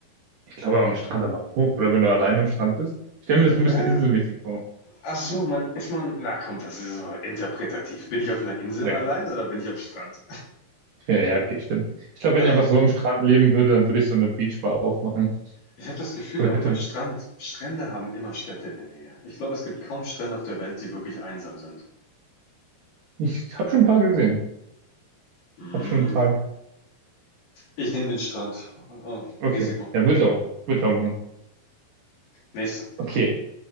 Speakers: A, on the right; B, on the left.
A: Ich glaube am Strand aber hoch. Oder wenn du allein am Strand bist. Ich stelle mir das ein
B: Na,
A: bisschen inselmäßig vor.
B: ach so, man ist man, na komm, das ist aber interpretativ. Bin ich auf einer Insel
A: Ja,
B: allein oder bin ich am Strand?
A: ja, ja, okay, stimmt. Ich glaube,
B: Weil
A: wenn ich einfach
B: am,
A: so am Strand leben würde, dann würde ich so eine Beachbar aufmachen.
B: ich habe das Gefühl,
A: So eine
B: auch
A: Hütte.
B: bei Strand, Strände haben immer Städte in der Nähe. Ich glaube, es gibt kaum Strände auf der Welt, die wirklich einsam sind.
A: Ich habe schon ein paar gesehen.
B: Hm,
A: Hab schon ein paar. ge-
B: ich nehme den Strand. Oh,
A: Okay.
B: Risiko.
A: Ja, würde ich auch. Würde ich auch machen.
B: Nächste.
A: Okay.